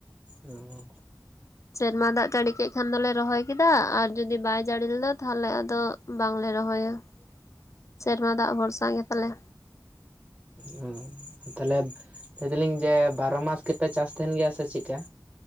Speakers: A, on the right (about 15°); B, on the left (about 40°).
A: ᱚᱸᱻ
B: ᱥᱮᱨᱢᱟ ᱫᱟᱜ ᱡᱟᱹᱲᱤ ᱠᱮᱫ ᱠᱷᱟᱱ ᱫᱚᱞᱮ ᱨᱚᱦᱚᱭ ᱠᱮᱫᱟ ᱟᱨ ᱡᱩᱫᱤ ᱵᱟᱭ ᱡᱟᱹᱲᱤ ᱞᱮᱫᱟ ᱛᱟᱦᱚᱞᱮ ᱟᱫᱚ ᱵᱟᱝᱞᱮ ᱨᱚᱦᱚᱭᱟ᱾ ᱥᱮᱨᱢᱟ ᱫᱟᱜ ᱵᱷᱚᱨᱥᱟ ᱜᱮ ᱯᱟᱞᱮ!
A: ᱦᱩᱸ ᱛᱟᱞᱦᱮᱼᱼ ᱞᱟᱹᱭ ᱫᱟᱞᱤᱧ ᱡᱮ ᱵᱟᱨᱚ ᱢᱟᱥ ᱜᱮᱯᱮ ᱪᱟᱥ ᱛᱟᱦᱮᱸᱱ ᱜᱮᱭᱟ ᱥᱮ ᱪᱮᱫ ᱠᱟ?